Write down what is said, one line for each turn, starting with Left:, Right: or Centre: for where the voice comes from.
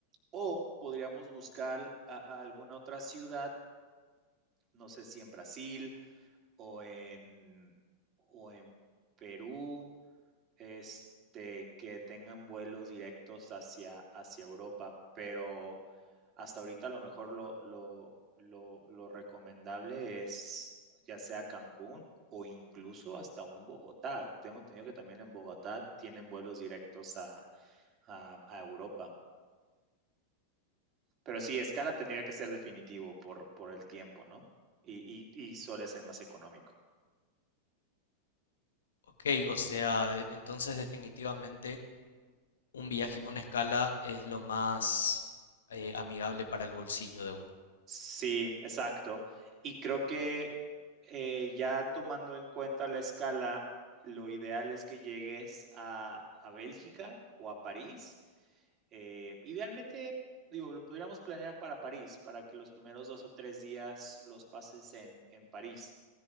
Right: O podríamos buscar a, a alguna otra ciudad, no sé si en Brasil o en, o en Perú, este, que tengan vuelos directos hacia, hacia Europa, pero hasta ahorita a lo mejor lo, lo, lo, lo recomendable es ya sea Cancún o incluso hasta un Bogotá. Tengo entendido que también en Bogotá tienen vuelos directos a, a, a Europa. Pero sí, Scala tendría que ser definitivo por, por el tiempo, ¿no? Y, y, y suele ser más económico.
Left: Ok, o sea, de- entonces definitivamente un viaje con escala es lo más eh, amigable para el bolsillo de uno.
Right: Sí, exacto. Y creo que eh, ya tomando en cuenta la escala, lo ideal es que llegues a, a Bélgica o a París. Eh, idealmente, digo, lo podríamos planear para París, para que los primeros dos o tres días los pases en, en París.